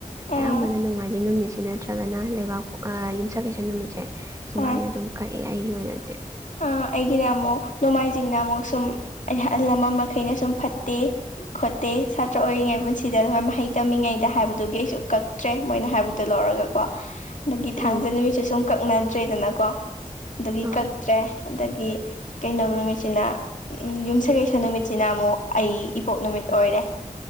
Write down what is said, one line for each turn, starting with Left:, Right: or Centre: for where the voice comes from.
Left: ꯎꯝ
Right: ꯑꯌꯥꯝꯕꯅ ꯅꯣꯡꯃꯥꯏꯖꯤꯡ ꯅꯨꯃꯤꯠꯁꯤ ꯅꯠꯇ꯭ꯔꯒꯅ ꯂꯩꯕꯥꯛꯄꯣꯛ ꯑꯥ ꯌꯨꯝꯁꯥ ꯀꯩꯁꯥ ꯅꯨꯃꯤꯠꯁꯦ ꯁꯨꯃꯥꯏꯅ
Left: ꯎꯝ
Right: ꯗꯨꯝ ꯀꯑꯦ ꯑꯩꯒꯤ ꯑꯣꯏꯅꯗꯤ
Left: ꯑ ꯑꯩꯒꯤꯅ ꯑꯃꯨꯛ ꯅꯣꯡꯃꯥꯏꯖꯤꯡꯅ ꯑꯃꯨꯛ ꯁꯨꯝ ꯑꯍꯜ ꯂꯃꯟ ꯃꯈꯩꯅ ꯁꯨꯝ ꯐꯠꯇꯦ ꯈꯣꯠꯇꯦ ꯁꯥꯇ꯭ꯔ ꯑꯣꯏꯔꯤꯉꯩ ꯄꯨꯟꯁꯤꯗ <unintelligible> ꯃꯍꯩ ꯇꯝꯃꯤꯉꯩꯗ ꯍꯥꯏꯕꯗꯨꯒꯤ ꯑꯩꯁꯨ ꯀꯛ ꯇ꯭ꯔꯦ ꯃꯣꯏꯅ ꯍꯥꯏꯕꯗꯣ ꯂꯧꯔꯒꯀꯣ ꯗꯒꯤ ꯊꯥꯡꯖ
Right: ꯎꯝ
Left: ꯅꯨꯃꯤꯠꯁꯨ ꯁꯨꯝ ꯀꯛꯅꯗ꯭ꯔꯦꯗꯅꯀꯣ ꯑꯗꯒꯤ
Right: ꯍꯣꯏ
Left: ꯀꯛꯇ꯭ꯔꯦ ꯑꯗꯒꯤ ꯀꯩꯅꯣ ꯅꯨꯃꯤꯠꯁꯤꯅ ꯎꯝ ꯌꯨꯝꯁꯀꯩꯁ ꯅꯨꯃꯤꯠꯁꯤꯅ ꯑꯃꯨꯛ ꯑꯩ ꯏꯄꯣꯛ ꯅꯨꯃꯤꯠ ꯑꯣꯏꯔꯦ